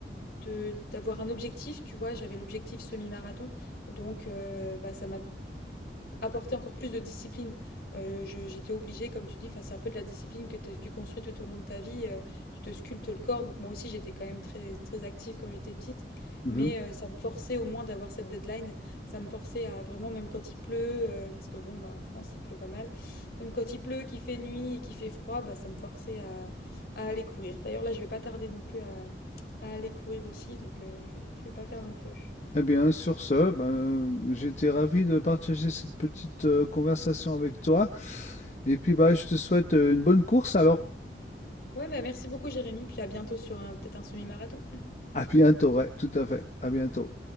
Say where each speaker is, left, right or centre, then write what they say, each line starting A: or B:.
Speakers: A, on the left (about 60°); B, on the left (about 40°).
A: de d'avoir un objectif, tu vois? J'avais l'objectif semi-marathon, donc heu, bah, ça m'a apporter encore plus de discipline. Euh, j'étais obligée, comme tu dis, enfin, c'est un peu de la discipline que tu construis tout au long de ta vie. euh, tu te sculptes le corps. Donc moi aussi, j'étais quand même très, très active quand j'étais petite.
B: Mhm.
A: Mais euh, ça me forçait au moins d'avoir cette deadline. Ça me forçait à vraiment, même quand il pleut, euh, parce que bon, bah, en France, il pleut pas mal. Même quand il pleut, qu'il fait nuit et qu'il fait froid, bah, ça me forçait à, à aller courir. D'ailleurs, là, je vais pas tarder non plus à, à aller courir aussi. Donc euh, je vais, je vais pas faire long feu.
B: Eh bien, sur ce, ben, j'étais ravi de partager cette petite euh, conversation avec toi. Et puis, bah, je te souhaite euh, une bonne course alors.
A: Ouais, bah merci beaucoup, Jérémy. Puis à bientôt sur un, peut-être un semi-marathon.
B: À bientôt, ouais, tout à fait. À bientôt.